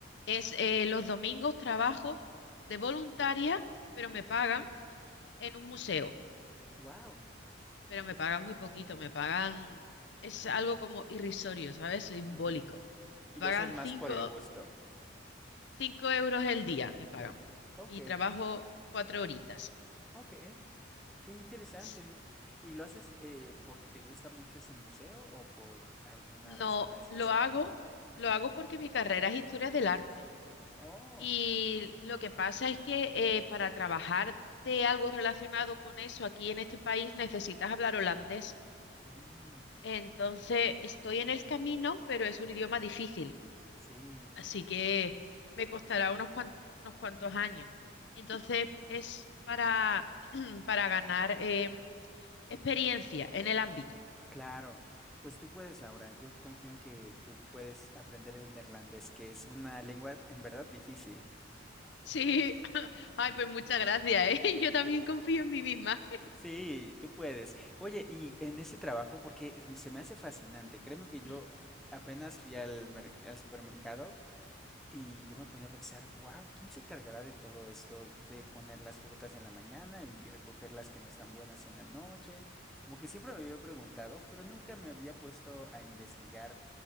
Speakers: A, on the left; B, in the centre.
A: es eh, los domingos trabajo de voluntaria, pero me pagan en un museo,
B: Wow.
A: pero me pagan muy poquito, me pagan, es algo como irrisorio, ¿sabes? Simbólico.
B: ujú.
A: Me
B: Y
A: pagan
B: lo haces más
A: cinco
B: por el gusto.
A: Cinco euros el día me pagan
B: Ok,
A: y trabajo cuatro horitas.
B: ok. Qué interesante.
A: S-
B: N- ¿Y lo haces eh, porque te gusta mucho ese museo o por alguna
A: No,
B: razón en especial?
A: lo hago, lo hago porque mi carrera es historia del arte.
B: Oh.
A: Y lo que pasa es que eh, para trabajar de algo relacionado con eso aquí en este país necesitas hablar holandés.
B: Mm,
A: Entonces
B: ok,
A: estoy en el camino, pero es un idioma difícil.
B: Sí,
A: Así que me costará unos cuan- unos cuantos años. Entonces
B: tú,
A: es para, <clears throat> para ganar em, experiencia en el ámbito.
B: claro. Pues tú puedes, Laura. Yo confío en que tú puedes aprender el neerlandés, que es una lengua en verdad difícil.
A: Sí, <laughs> ay, pues muchas gracias, ¿eh? <laughs> Yo también confío en mí misma.
B: Sí, tú puedes. Oye, y en ese trabajo, porque es- se me hace fascinante, créeme que
A: Ujú.
B: yo apenas fui al, mer- al supermercado Y yo me ponía a pensar, wow, ¿quién se cargará de todo esto de poner las frutas en la mañana y recoger las que no están buenas en la noche? Como que siempre me había preguntado, pero nunca me había puesto a investigar